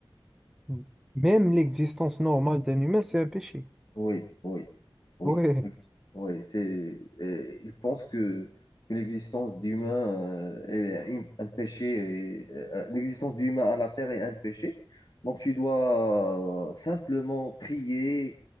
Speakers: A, in the centre; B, on the left (about 50°).
A: Mm. Même l'existence normale d'un humain, c'est un péché.
B: Oui, oui, oui,
A: Ouais.
B: oui. C'est, et ils pensent que, que l'existence d'humains euh, est une- un péché, et, euh, euh, l'existence d'humains à la terre est un péché. Donc tu dois euh, simplement prier,